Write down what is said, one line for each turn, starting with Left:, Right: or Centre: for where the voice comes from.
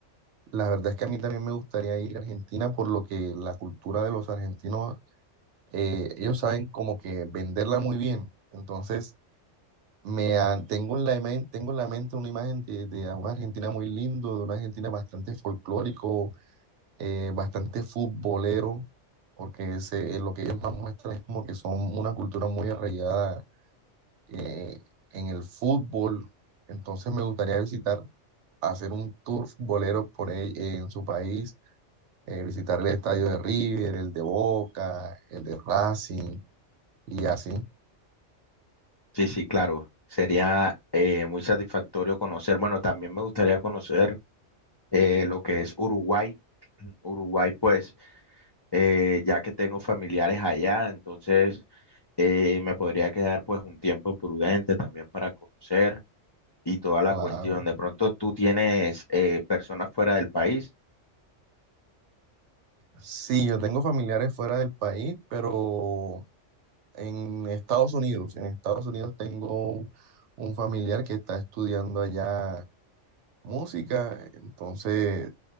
Right: La verdad es que a mí también me gustaría ir a Argentina por lo que la cultura de los argentinos, eh, ellos saben como que venderla muy bien. Entonces, me han- tengo en la, imen- tengo en la mente una imagen de, de una Argentina muy lindo, de una Argentina bastante folclórico, eh, bastante futbolero, porque ese, eh, lo que ellos más muestran es como que son una cultura muy arraigada eh, en el fútbol. Entonces, me gustaría visitar, hacer un tour futbolero por ahí, eh, en su país eh, visitar el estadio de River, el de Boca, el de Racing y así,
Left: Sí, sí, claro, sería eh, muy satisfactorio conocer, bueno, también me gustaría conocer eh, lo que es Uruguay. <clears throat> Uruguay, pues, eh, ya que tengo familiares allá, entonces eh, me podría quedar pues un tiempo prudente también para conocer. y toda la
Right: claro.
Left: cuestión. De pronto tú tienes eh, personas fuera del país.
Right: Sí, yo tengo familiares fuera del país, pero en Estados Unidos, en Estados Unidos tengo un familiar que está estudiando allá música, entonces